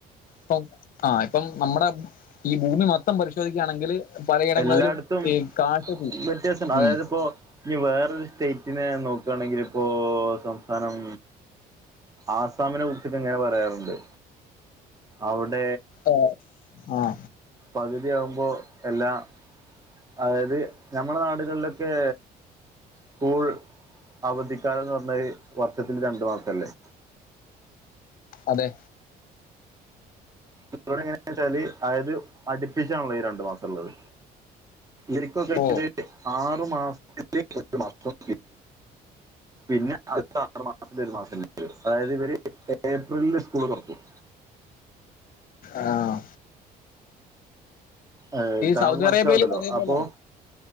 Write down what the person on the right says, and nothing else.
എല്ലായിടത്തും
വ്യത്യാസണ്ട് അതായത്പ്പോ
ഇനി വേറൊരു സ്റ്റേറ്റിനെ നോക്കയാണെങ്കിലിപ്പോ സംസ്ഥാനം ആസാമിനെ കുറിച്ചിട്ട് ഇങ്ങനെ പറയാറുണ്ട് അവിടെ
പകുതിയാകുമ്പോ എല്ലാ അതായത് നഞമ്മളെ നാടുകളിലൊക്കെ സ്കൂൾ അവധിക്കാലന്ന് പറഞ്ഞൽ വർഷത്തി രണ്ടു മാസക്കാലം അലോ
ഇ എങ്ങനെയ വെച്ചാല് അതായത് അടിപ്പിച്ചാണല്ലത് ഈ രണ്ടു മാസം ഉള്ളത് ഇക്ക കഴി
ആറു മാസത്തിലെ ഒരു മാസം <inaudible> പിന്നെ അ ആറ്ു മാസ മാസ അതായത് ഇവര് ഏപ്രിലില് സ്കൂള് തുറക്കും
ഏ തമുക്ക്
മനസ്സിലാവുന്നല്ലോ
അപ്പോ